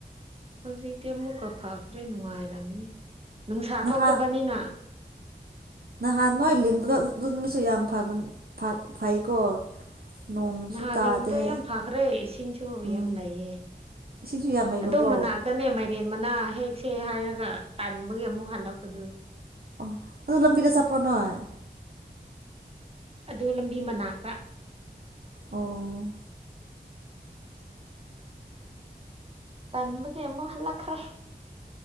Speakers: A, on the right; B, on the right.
A: ꯍꯧꯖꯤꯛꯇꯤ ꯑꯃꯨꯛꯀ ꯐꯈ꯭ꯔꯦ ꯅꯨꯡꯉꯥꯏꯔꯝꯅꯤ ꯅꯨꯡꯁꯥ
B: ꯅꯥꯟ
A: ꯊꯣꯛꯇꯕꯅꯤꯅ
B: ꯅꯍꯥꯟꯅ ꯑꯗꯨ ꯑꯗꯨꯃꯤꯁꯨ ꯌꯥꯝꯕ ꯐꯩꯀꯣ ꯅꯣꯡꯁꯨ
A: ꯅꯍꯥꯟ
B: ꯇꯥꯗꯦ
A: ꯂꯕꯗꯣ ꯌꯥꯝ ꯐꯈ꯭ꯔꯦ ꯏꯁꯤꯡꯁꯨ
B: ꯎꯝ
A: ꯌꯥꯝ ꯂꯩꯌꯦ
B: ꯏꯁꯤꯡꯁꯨ ꯌꯥꯝ ꯂꯩꯔꯕꯣ
A: ꯑꯗꯨ ꯃꯅꯥꯛꯇꯅꯦ ꯃꯥꯏꯔꯦꯟ ꯃꯅꯥ ꯍꯦꯛꯁꯦ ꯍꯥꯏꯔꯒ ꯇꯥꯟꯕꯒꯤ ꯑꯃꯨꯛ ꯍꯜꯂꯛꯄꯗꯨ
B: ꯑꯣ ꯑꯗꯨ ꯂꯝꯕꯤꯗ ꯆꯄꯔꯅꯨ
A: ꯑꯗꯨ ꯂꯝꯕꯤ ꯃꯅꯥꯛꯇ
B: ꯑꯣ
A: ꯇꯟꯕꯒꯤ ꯀꯃꯨꯛ ꯍꯂꯛꯈꯔ